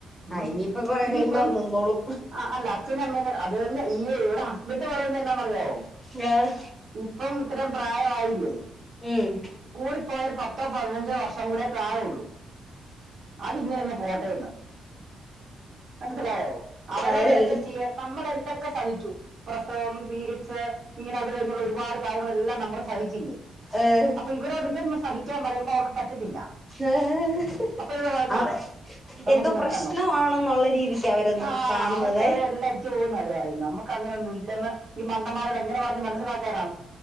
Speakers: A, on the right (about 45°); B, in the centre.
A: ഉം
B: ആ ഇനിയിപ്പൊ കൊറെ
A: ഇനിയിപ്പം
B: കഴിയുമ്പോ അത് നിന്നോളും
A: ആഹ് അല്ല അച്ഛനമ്മന് അത്തന്നെ ഈ ഇവിടെ ഹസ്ബൻഡ് പറയുന്നത് എന്ന അറിയാവോ
B: ഏഹ്
A: ഇപ്പം ഇത്രം പ്രായ ആയില്ലേ
B: ഉം
A: കൂടിപ്പോയ ഒര് പത്തോ പതിനഞ്ചോ വർഷം കൂടെ കാണോള്ളൂ അതിങ്ങനേങ്ങ് പോട്ടെന്ന്. മൻസ്സിലായോ അവരോട്
B: അതായത്
A: ഇതൊക്കെ ചെയ്യാ നമ്മളെ എന്തൊക്കെ സാഹിക്കു പ്രസവം പീര്ഡ്സ് ഇങ്ങനെ അട് കഴിഞ്ഞുള്ള ഒരുപാട് കാര്യങ്ങള് എല്ലാം നമ്മൾ സഹിച്ചില്ലേ
B: ഏഹ്
A: അപ്പൊ ഇവരോട് ഇവൻ സഹി റ്റാൻ പറയുമ്പോ അവർക്ക് പറ്റത്തില്ല.
B: എഹ്
A: അപ്പൊ ഇവർ പറഞ്ഞാ
B: അതെ
A: നമുക്ക്
B: എന്തോ
A: നിർത്തണ്ടം
B: പ്രശ്നമാണെന്നുള്ള രീതിക്ക് അവരത്
A: ആ
B: കാണുന്നതെ.
A: <unintelligible> നമുക്ക് അങ്ങനൊന്നും ഇല്ലന്ന് ഈ മണ്ടന്മാരോട് എങ്ങനെ പറഞ്ഞ് മനസ്സിലാക്കാനാണ്.